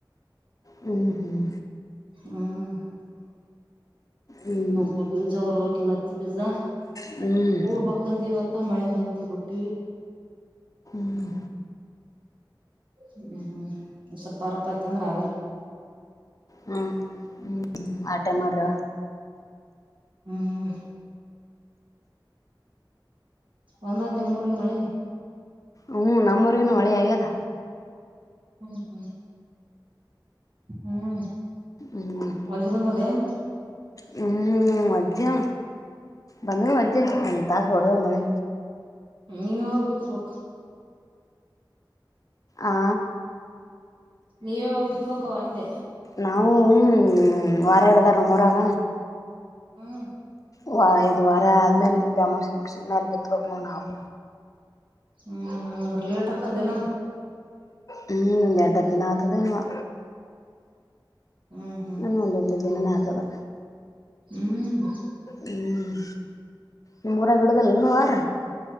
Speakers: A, on the left; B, on the right.
A: ಹ್ಮ್ ಹ್ಮ್
B: ಹ್ಮ
A: ಹ್ಮ್
B: ಬೇಕುಜೋರ್ಬೇಕ ಹತಿ ಪಿಜಾ
A: ಹ್ಮ್
B: ಹ ಬಕಂದ ಮತ್ತ ಮಳೆ ಬಂತು ಬಿುಟ್ಟಿ
A: ಹ್ಮ್
B: ಹ್ಮ್ ಸ್ವಲ್ಪ ಅರಪ ಆಯ್ತ ಅಂದ್ರ ಆಗ
A: ಹ್ಮ್ ಹ್ಮ್ ಆಟಾ ಮಾಡ್ರ
B: ಹ್ಮ್ ಒಂದಂದ್ ನಿಮ್ಮೂರಿಗೆ ಮಳೆ
A: ಹ್ಞೂ ನಮ್ಮೂರಿಗನು ಮಳೆ ಆಗ್ಯದ
B: ಹ್ಮ್ ಹ್ಮ್ ಹ್ಮ್
A: ಹ್ಮ್
B: ಒ ಜೀವನ್ ತದೇನ್
A: ಹ್ಮ್ ಮಧ್ಯ ಬಂದು ವಜೆ ಅ ತ ಸೋಡದಗೆ
B: ನೀ ಯ ಬಿತಪ
A: ಆ
B: ನೀವಾವಾಗ ಬಿಿತ್ಬೇಕವ ಅಂದೆ
A: ನಾವು ಹಞ ವಾರ ಎ ಹೇಳಡ್ದಾರ ಮೂರಾಗ
B: ಹ್ಮ್
A: ವಾ ಇದು ವಾರ ಆದ್ಮೇಲೆ ಬೆಮೋಸ ಮುಡ್ಸಿದ್ಮೇಾಲ ಬಿತ್ಬೇಕಕ್ ನ್ ನಾವು
B: ಹ್ಮ್ ಹ ಲೇಟ್ಪ್ಪದನ
A: ಹ್ಮ್ ನಟತ್ತನತದೇನುವಾ
B: ಹ್ಮ್ ಹ್ಮ್
A: ನಾನ ಒಂದೊ್ದ ದಿನನ ಆತದ
B: ಹ್ಮ್
A: ಹ್ಮ್ ನಿ ಊರ ಗಿಡ್ದದಲ್ಲಿ ಇನ್ನುೂ ಆಾರ